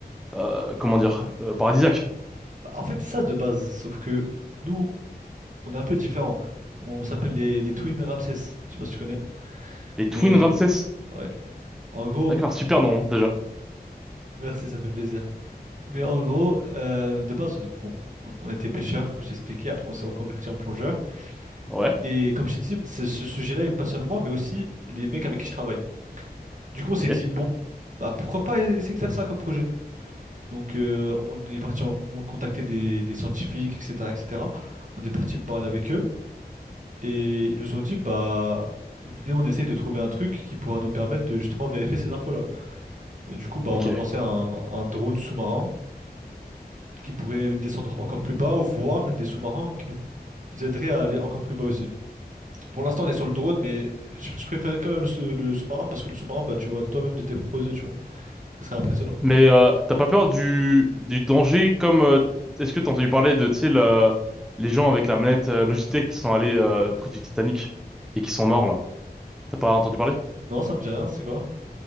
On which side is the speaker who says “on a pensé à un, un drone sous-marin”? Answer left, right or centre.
Right